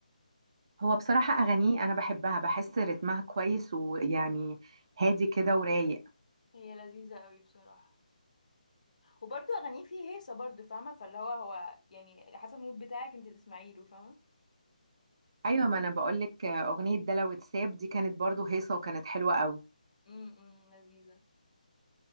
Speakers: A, on the right; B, on the left.
A: هو بصراحة اغانيه انا بحبها بحس رتمها كويس ويعني هادي كده ورايق
B: هي لذيذه قوي بصراحه وبرضه اغانيه فيه هيصه برضه فاهمه فاللي هو هو يعني على حسب المود بتاعك انت تسمعي له فاهمه
A: ايوه ما انا بقول لك اغنيه ده لو اتساب دي كانت برضو هيصه وكانت حلوه قوي
B: امم لذيذه